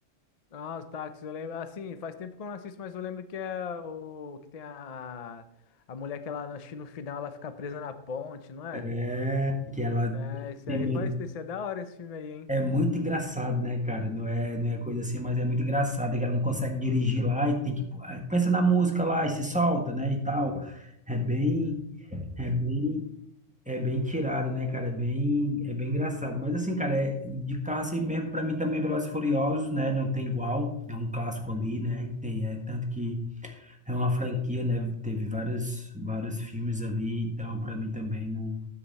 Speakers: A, on the left; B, in the centre.
A: Ah, os táxis, eu lembro. Assim, faz tempo que eu não assisto, mas eu lembro que é o que tem a, a mulher que ela, acho que no final ela fica presa na ponte, não é?
B: É, que ela
A: É, esse
B: tem
A: aí
B: medo.
A: faz, esse é da hora esse filme aí, hein?
B: É muito engraçado, né, cara? Não é, não é coisa assim, mas é muito engraçado. É que ela não consegue dirigir lá e tem que. ah, Pensa na música lá e se solta, né? E tal. É bem, é bem, é bem tirado, né, cara? É bem, é bem engraçado. Mas assim, cara, é, de carro assim mesmo, pra mim também é Velozes e Furiosos, né? Não tem igual. É um clássico ali, né? Que tem, é tanto que é uma franquia, né? Teve vários, vários filmes ali, então pra mim também não.